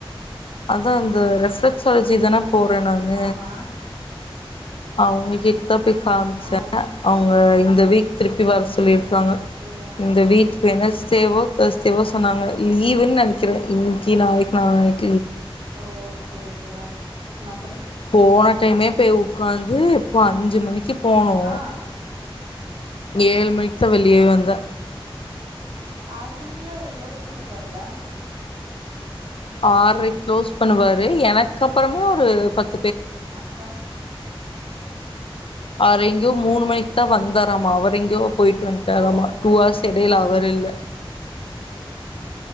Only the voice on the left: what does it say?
அதா அந்த ரெஃபரஸாலஜி தானா போறேன்னாங்க
<unintelligible> அதா போய் காமிச்ச
அவங்க இந்த வீக் திருப் டிவர்ஸ் சொல்லிருக்காங்க
இந்த வீட் வெட்னெர்ஸ் டே ஓ தர்ஸ்டே வோ சொன்னாங்க லீவுன்னு நினைக்கிறேன் இன்னைக்கு நாளைக்கு நாளானைக்கு
போன டைமே போய் உக்காந்து இப்போ அஞ்சு மணிக்கு போனோ
ஏழு மணிக்கு தான் வெளியேவே வந்தே
ஆர்ரைக்கு க்ளோஸ் பண்ணுவாரு எனக்கு அப்புறமே ஒரு பத்
அவரை எங்கயோ மூணு மணிக்கு தான் வந்தாரமா அவரை எங்கயோ போயிட்டு வன்ட்டாராமா
டூ அவஹர்ஸ் எடைல அவர் இல்ல